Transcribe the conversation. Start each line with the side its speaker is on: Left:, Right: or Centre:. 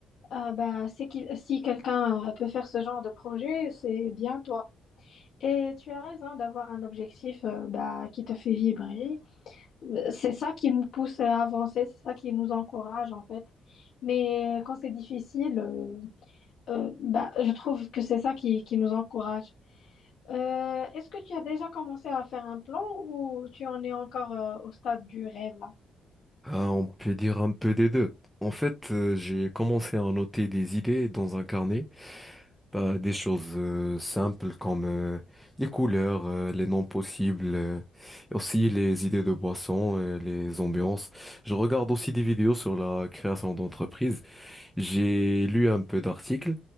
Left: Euh, ben, c'est qu'il, si quelqu'un euh, peut faire ce genre de projet, c'est bien toi. Et tu as raison d'avoir un objectif euh, ben, qui te fait vibrer, c'est ça qui nous pousse à avancer, c'est ça qui nous encourage en fait. Mais euh, quand c'est difficile, euh, euh, bah, je trouve que c'est ça qui, qui nous encourage. Euh, est-ce que tu as déjà commencé à faire un plan ou tu en es encore euh, au stade du rêve là?
Centre: Ah, on peut dire un peu des deux. En fait, euh, j'ai commencé à noter des idées dans un carnet, bah, des choses euh, simples comme euh, les couleurs, euh, les noms possibles, euh, et aussi les idées de boissons, euh, les ambiances. Je regarde aussi des vidéos sur la création d'entreprises. J'ai lu un peu d'articles,